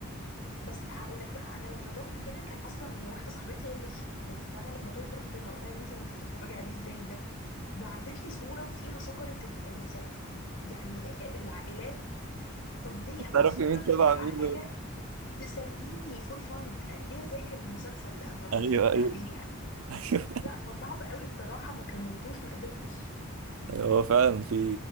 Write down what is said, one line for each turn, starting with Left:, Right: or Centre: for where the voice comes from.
Left: بس هقول لك بقى انا لما تهت كده كان اصلا واحده صاحبتي هي اللي رشحتهولي فانا لما تهت رحت لها قلت لها يا بنتي هو انت بتتفرجي عليه ازاي ده بعتت لي صوره فيها شجره ال- المسلسل يعني العائلات طب ليه انا
Right: تعرف
Left: بتفرج
Right: مين تبع
Left: على
Right: مين
Left: حاجه
Right: و-
Left: تسليني فور فن ليه اذاكر المسلسل قبل ما
Right: ايوه
Left: اتفرج
Right: ايوه
Left: عليه يعني
Right: ايوه
Left: لا فصعب قوي بصراحة ما كملتوش ما قدرتش
Right: أيوة، هو فعلا في